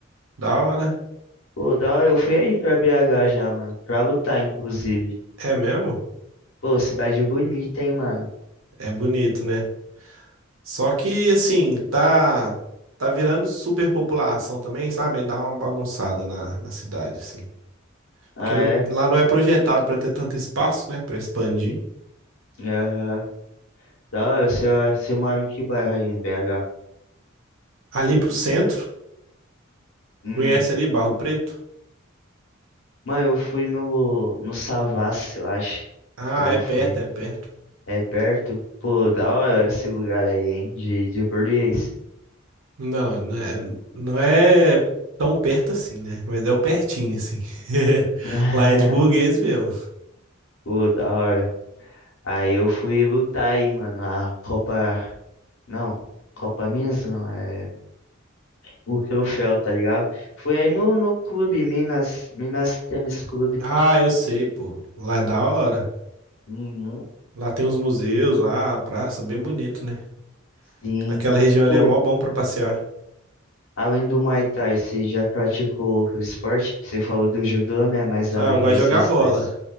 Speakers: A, on the right; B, on the left.
A: Da hora.
B: Pô, da hora, eu fui aí pra BH já, mano. Pra lutar, inclusive.
A: É mesmo?
B: Pô, cidade bonita, hein, mano.
A: É bonito, né? Só que, assim, tá. Tá virando superpopulação também, sabe? Aí dá uma bagunçada na, na cidade, assim. Porque
B: Ah,
A: não-
B: é?
A: lá não é projetado pra ter tanto espaço, né? Pra expandir.
B: Aham. Da hora, você, você mora em que bairro aí em BH?
A: Ali pro centro.
B: Hum.
A: Conhece ali Barro Preto?
B: Mano, eu fui no, no Savassi, eu acho.
A: Ah,
B: Quando
A: é
B: eu
A: perto,
B: fui.
A: é perto.
B: É perto? Pô, da hora esse lugar aí, hein? De, de português.
A: Não, não é, não é tão perto assim, né? Mas é o pertinho, assim. <laughs>
B: <laughs>
A: Lá é de burguês mesmo.
B: Pô, da hora. Aí eu fui lutar aí, mano. A Copa. Não, Copa Minas não. É. o troféu, tá ligado? Foi aí no, no clube, Minas, Minas Tênis Clube.
A: Ah, eu sei, pô. Lá é da hora.
B: Uhum.
A: Lá tem uns museus, lá, a praça, bem bonito, né?
B: Sim.
A: Naquela região ali
B: Pô,
A: é mó bom pra passear.
B: além do Muay Thai, você já praticou outro esporte? Você falou do judô, né? Mas
A: Ah,
B: além
A: eu gosto
B: esses
A: de jogar bola.
B: dois,